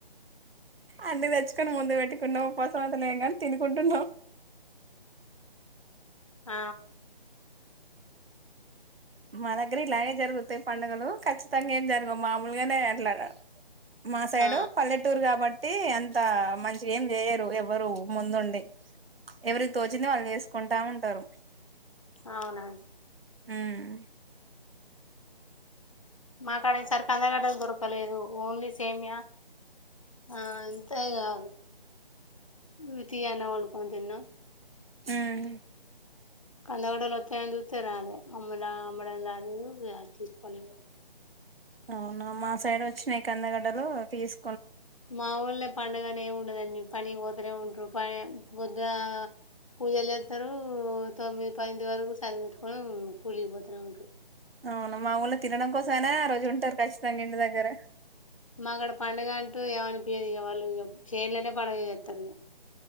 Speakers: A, on the right; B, on the left.
A: అన్ని తెచ్చుకొని ముందు పెట్టుకున్నావు ఉపాసం లేం కానీ తినుకుంటున్నాం
B: ఆ
A: మా దగ్గర ఇలాగే జరుగుతాయి పండుగులు ఖచ్చితంగా ఏం జరగవు మామూలుగానే అట్లా మా సైడు
B: ఆ
A: పల్లెటూరు కాబట్ ట్టి అంత మంచి ఏం చేయరు ఎవ్వరూ ముందుండి ఎవరి తోచిందే వాళ్ళు చేసుకుంటా ఉంటారు
B: అవునా
A: ఉమ్
B: మాకాడ సరుక్ కందగడ్డ దొరకలేదు ఓన్లీ సేమియా ఆ అంతేగా ఉ తీఅన్నం వండుకొని తిన్నాం
A: ఉమ్
B: కంద గడ్డలు వస్తాయని చూతే రాలేదు అమ్మదా అమ్మడదానియు రాలేదు తీసుకోలే
A: అవునా మా సైడ్ వచ్చినాయి కందగడ్డలు తిస్
B: మా ఊళ్లో పండగ అనే ఏమి ఉండదండి పనికి పోతూనే ఉంటారు పని పొద్దుగా పూజలు చేస్తారు తొమ్మిది పది వరకు సద్ది పెట్టుకొని కూలిపోతున్నా ఉంటారు
A: అవునా మా ఊళ్ళ తినడం కోసమేనా ఆ రోజు ఉంటారు కచ్చితంగా ఇంటి దగ్గర
B: మాకడ పండుగ అంటూ ఏమనిపియ్యదు ఇగా వాళ్ళు చేన్లోనే పండగ చేస్తారు ఇగా